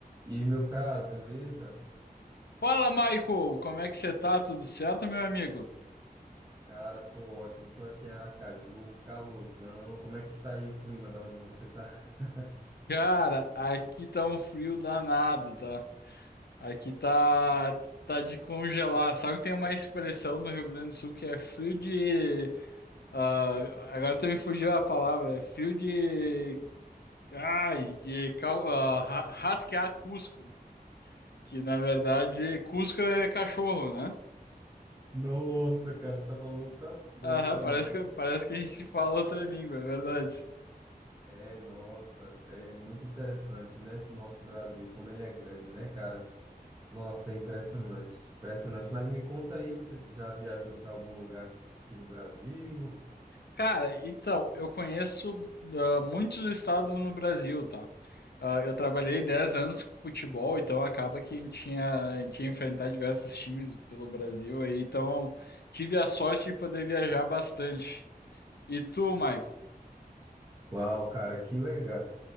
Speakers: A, on the right; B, on the left.
A: E meu caro, beleza?
B: Fala, Michael! Como é que você tá? Tudo certo, meu amigo?
A: Cara, tô ótimo. Tô aqui em Aracaju, calorzão. Como é que tá aí o clima de onde você tá? <laughs>
B: Cara, aqui tá um frio danado, tá? Aqui tá tá de congelar. Sabe que tem uma expressão no Rio Grande do Sul que é frio de ah, agora tu me fugiu a palavra, é frio de ai, de cal... ah, ra- rasquear Cusco, que na verdade Cusco é cachorro, né?
A: Nossa, cara, você tá falando tanto bem
B: Aham,
A: pra
B: parece
A: mim.
B: que parece que a gente fala outra língua, é verdade.
A: É, nossa, é muito interessante, né? Esse nosso Brasil, como ele é grande, né, cara? Nossa, é impressionante, impressionante. Mas me conta aí, você já viajou para algum lugar aqui do Brasil?
B: Cara, então, eu conheço ah, muitos estados no Brasil, tá? Ah, eu trabalhei 10 anos com futebol, então acaba que a gente tinha, a gente ia enfrentar diversos times pelo Brasil aí, então tive a sorte de poder viajar bastante. E tu, Maico?
A: Uau, cara, que legal